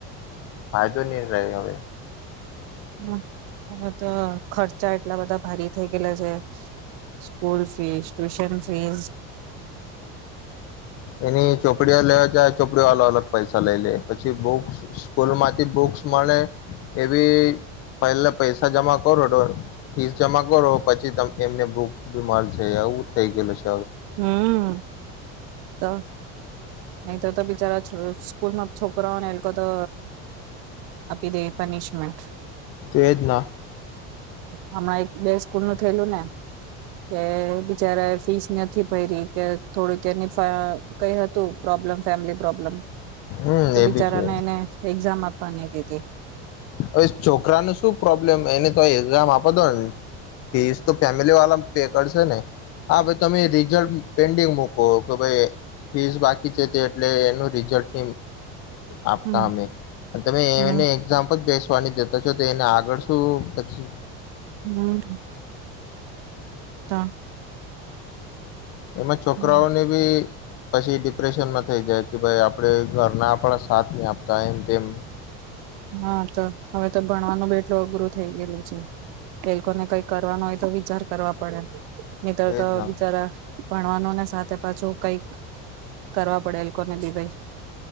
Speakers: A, on the left; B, on the right.
A: ફાયદો નહી રહે હવે.
B: હા હવે તો ખર્ચા એટલા બધા ભારી થઇ ગયેલા છે સ્કૂલ ફીસ ટ્યુશન ફીસ
A: એની ચોપડીઓ લેવા જાય ચોપડીઓ વાલો અલગ પૈસા લઈ લે. પછી બુક્સ સ્કૂલમાં બુક્સ મળ એવી પહેલા પૈસા જમા કરો તો ફીસ જમા કરો પછી ત એમને બુક બી મળશે આવવું થઇ ગયેલું છે.
B: હમ્મ <inaudible> અહી તો તો બિચારા સ્કૂલમાં છોકરાઓને એ લોકો તો આપી દે પનિશમેન્ટ
A: છે હવે તો એજ ના
B: હમણાં એક બે સ્કૂલ નું થયેલું ને કે બિચારા ફીસ નથી ભરીરી કે થોડુંક એની કઈ હતુ પ્રોબ્લમ ફેમિલી પ્રોબ્લમ
A: હમ
B: તો
A: એ
B: બિચારાને
A: બી છે
B: એને એક્ઝામ આપવાની દીધી
A: હવે છોકરાનું શું પ્રોબ્લેમ એની તો એક્ઝામ આપો દો ને ફીસ તો ફેમિલી વાળા પે કરશે ને હા ભાઈ તમે રિઝલ્ટ પેન્ડિંગ મક કે ભાઈ ફીસ બાકી છે તે એટલે એનું રિઝલ્ટ આપતા
B: હમ
A: અમે તમે
B: હમ
A: એને એક્ઝામ બેસવાની જતા છો તો એને આગળ શું પછી
B: હમ્મ તો
A: એમાં છોકરાઓને
B: હમ
A: બી પછી ડિપ્રેશનમાં થઈ જાય કે ભાઈ આપણે ઘરના પણ સાથ નહી આપતા એમ તેમ
B: હા તો હવે તો ભણવાનું બી એટલું અઘરું થઈ ગયલું છે, એ લોકોને કઈ કરવાનો હોય તો વિચાર કરવા પડે મિત
A: એજ
B: તો
A: ના
B: બિચારા ભણવાનું ને સાથે પાછું કઈક કરવા પડે એ કોને બી કઈ